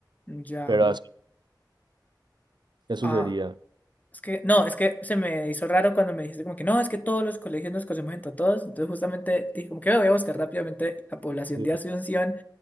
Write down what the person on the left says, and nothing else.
ya.
Ah,
es que, no, es que se me hizo raro cuando me dijiste como que no, es que todos los colegios nos conocemos entre todos. Entonces justamente dije como que "Ve, voy a buscar rápidamente la población
de Asunción.